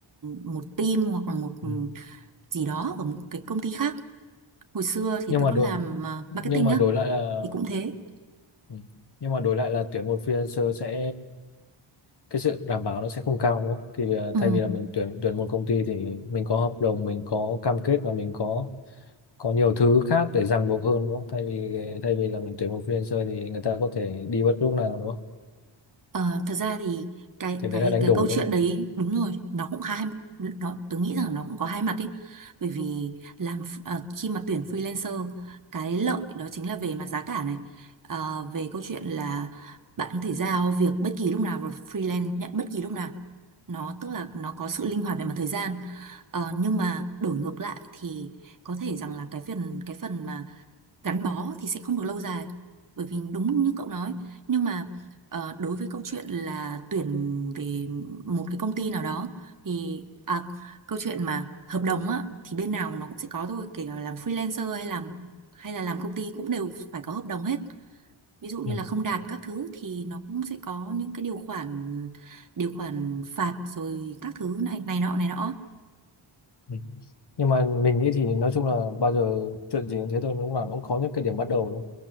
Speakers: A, on the right; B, on the left.
A: một team hoặc là một
B: ừ.
A: gì đó ở một cái công ty khác. Hồi xưa thì
B: nhưng
A: tớ
B: mà
A: có
B: đổi
A: làm ờ,
B: nhưng
A: marketing
B: mà
A: á
B: đổi lại là
A: thì cũng thế.
B: ừ. nhưng mà đổi lại là tuyển một freelancer sẽ cái sự đảm bảo nó sẽ không cao đúng không thì bây giờ
A: Ừ.
B: thay vì là mình tuyển tuyển một công ty thì mình có hợp đồng mình có cam kết và mình có có nhiều thứ khác để ràng buộc hơn đúng không thay vì thay vì là mình tuyển một freelancer thì người ta có thể đi bất cứ lúc nào đúng không
A: Ờ, thật ra thì cái
B: thì đấy
A: cái
B: là đánh
A: cái
B: đổi
A: câu
B: đúng
A: chuyện
B: không
A: đấy đúng rồi nó cũng hai nó tớ nghĩ rằng nó cũng có hai mặt ấy bởi vì làm f- ờ, khi mà tuyển freelancer cái lợi đó chính là về mặt giá cả này Ờ, về câu chuyện là bạn có thể giao việc bất kỳ lúc nào và freelance nhận bất kỳ lúc nào nó tức là nó có sự linh hoạt về mặt thời gian Ờ, nhưng mà đổi ngược lại thì có thể rằng là cái phần cái phần mà gắn bó thì sẽ không được lâu dài bởi vì đúng như cậu nói nhưng mà ờ, đối với câu chuyện là tuyển về một cái công ty nào đó thì à, câu chuyện mà hợp đồng á thì bên nào nó cũng sẽ có thôi kể cả làm freelancer hay làm hay là làm công ty cũng đều phải có hợp đồng hết ví dụ như
B: ừ.
A: là không đạt các thứ thì nó cũng sẽ có những cái điều khoản điều khoản phạt rồi các thứ này này nọ này nọ
B: Ừ. nhưng mà mình nghĩ thì nói chung là bao giờ chuyện gì cũng thế thôi đúng là nó cũng có những cái điểm bắt đầu đúng không?